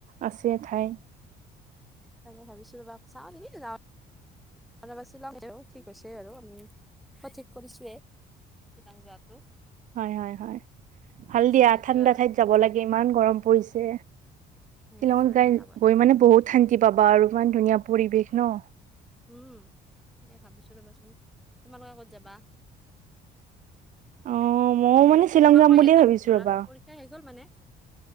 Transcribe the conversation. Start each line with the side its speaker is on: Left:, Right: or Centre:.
Right: আছে ঠাই।
Centre: তাকে ভাবিছো ৰবা চাওঁ যেনি নাযাওঁ। ৰবা চিলং ঠিক হৈছে আৰু আমি সঠিক কৰিছোৱেই শ্বিলং যোৱাত।
Right: হয় হয় হয় ভাল দিয়া
Centre: সেইটো
Right: ঠাণ্ডা
Centre: আৰু
Right: ঠাইত যাব লাগে ইমান গৰম পৰিছে। শ্বিলঙত
Centre: একেবাৰে
Right: যাই
Centre: মই যাব
Right: গৈ মানে বহুত শান্তি পাবা আৰু ইমান ধুনীয়া পৰিৱেশ ন।
Centre: উম তাকে ভাবিছোঁ ৰ'বাচোন তোমালোকে ক'ত যাবা?
Right: অ মইও মানে শ্বিলং
Centre: তোমালোকৰ
Right: যাম বুলিয়ে
Centre: সিহঁতৰ
Right: ভাবিছোঁ
Centre: ল'ৰা
Right: ৰ'বা।
Centre: পৰীক্ষা শেষ হৈ গ'ল মানে।